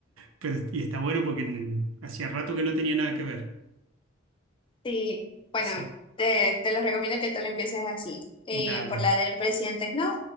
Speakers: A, on the right (about 80°); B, on the left (about 25°).
A: Pero, y está bueno porque n- hacía rato que no tenía nada que ver.
B: Sí, bueno,
A: Y sí,
B: te, te los recomiendo que tú lo empieces así, eh,
A: dale,
B: por la del presidente Snow